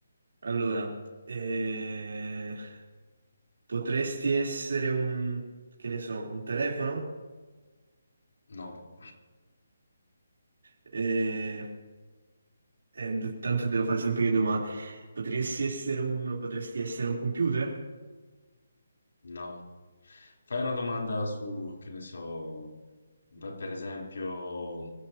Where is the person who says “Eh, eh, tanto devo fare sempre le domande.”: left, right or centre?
Right